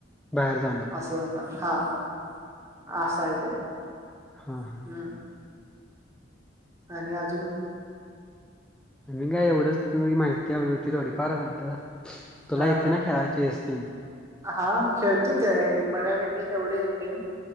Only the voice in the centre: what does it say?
बाहेर जाणार.
हा हा
मी काय एवढंच माहिती हवी होती थोडी फार म्हणताना तुला
येतंय ना खेळाय चेस तिन